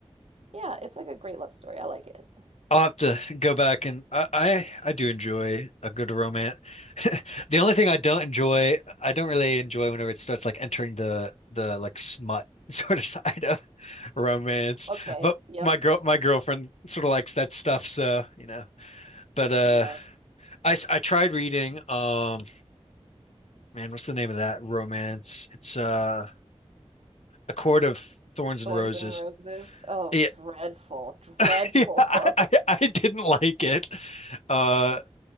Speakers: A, on the right; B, on the left.
A: Yeah, it's like a great love story. I like it. <laughs>
B: I'll have to go back and I, I I do enjoy a good romance. The only thing I don't enjoy, I don't really enjoy whenever it starts like entering the the like smut <laughs> sort of side of romance.
A: okay.
B: But
A: Yep.
B: my girl my girlfriend sort of likes that stuff, so, you know. But uh
A: Yeah.
B: I I tried reading um man what's the name of that romance it's uh A Court of Thorns and
A: Thorns
B: Roses
A: and Roses. Oh,
B: yeah,
A: dreadful, dreadful
B: <laughs> yeah I,
A: <laughs> book.
B: I I didn't like it uh